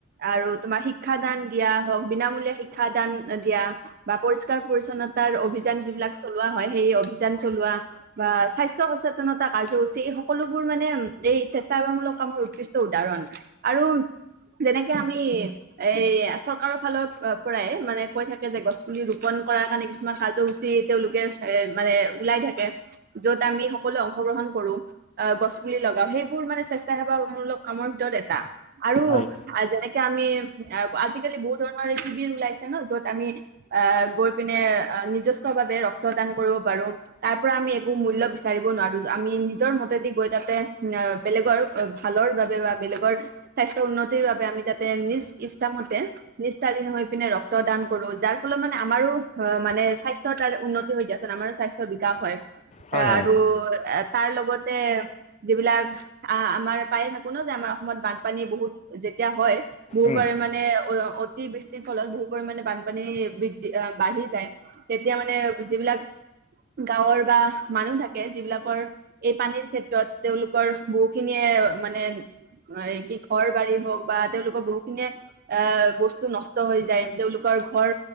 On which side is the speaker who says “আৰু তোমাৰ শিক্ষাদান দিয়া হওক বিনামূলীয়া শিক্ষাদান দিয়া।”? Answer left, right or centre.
Right